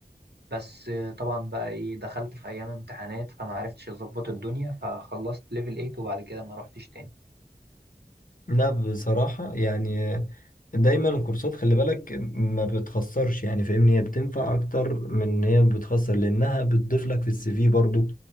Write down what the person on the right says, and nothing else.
بس طبعا بقى ايه دخلت في ايام امتحانات فما عرفتش اظبط الدنيا فخلصت ليفل 8 وبعد كده ما روحتش تاني